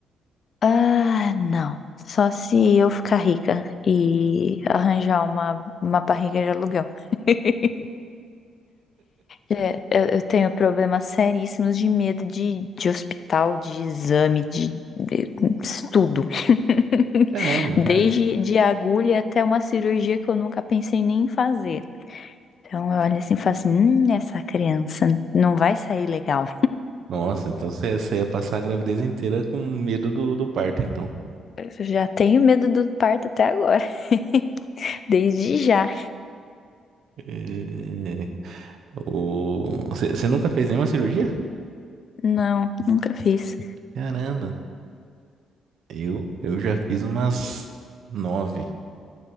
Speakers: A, on the left; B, on the right.
A: Ah, não. Só se eu ficar rica e arranjar uma, uma barriga de aluguel. <laughs> É, eu, eu tenho problemas seríssimos de medo de, de hospital, de exame, de, de tudo. <laughs>
B: Caramba.
A: Desde
B: ai,
A: de agulha até uma cirurgia que eu nunca pensei nem em fazer. Então eu olho assim e falo assim, hum, essa criança não vai sair legal.
B: Nossa, então você, você ia passar a gravidez inteira com medo do, do parto, então.
A: Eu já tenho medo do parto até agora, <laughs> desde já.
B: É, o... você, você nunca fez nenhuma cirurgia?
A: Não, nunca fiz.
B: Caramba. Eu, eu já fiz umas nove.